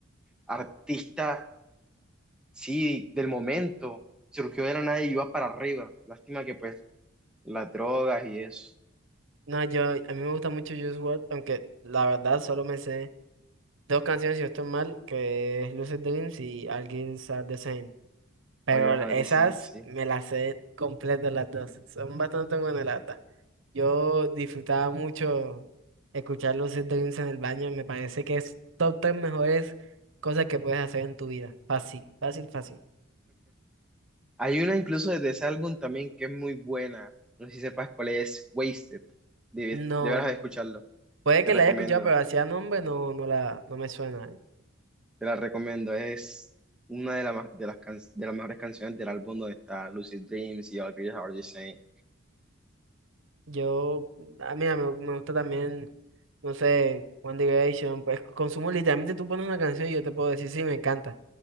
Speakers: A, in the centre; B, on the right.
A: artista, sí, del momento, surgió de la nada y iba para arriba. Lástima que pues las drogas y eso.
B: No, yo, a mí me gusta mucho Juice WRLD, aunque la verdad solo me sé dos canciones, si no estoy mal, que es Lucid Dreams y All Girls Are the Same. Pero
A: All Your Heart
B: esas
A: Is In, sí.
B: me las sé completas las dos. Son bastante buena lata Yo disfrutaba mucho escuchar los Dreams en el baño. Me parece que es top tres mejores cosas que puedes hacer en tu vida. Fácil, fácil, fácil.
A: Hay una incluso desde ese álbum también que es muy buena. No sé si sepas cuál es, Wasted. Debes,
B: No,
A: deberás de escucharlo.
B: puede
A: Te
B: que
A: recomiendo,
B: la haya escuchado, pero hacía nombre no, no la, no me suena. ¿eh?
A: te la recomiendo. Es una de, la ma- de las, can- de las mejores canciones del álbum donde está Lucid Dreams y All Your Heart Is In.
B: Yo, a mí me, me gusta también, no sé, One Direction. Pues consumo literalmente, tú pones una canción y yo te puedo decir, sí, me encanta.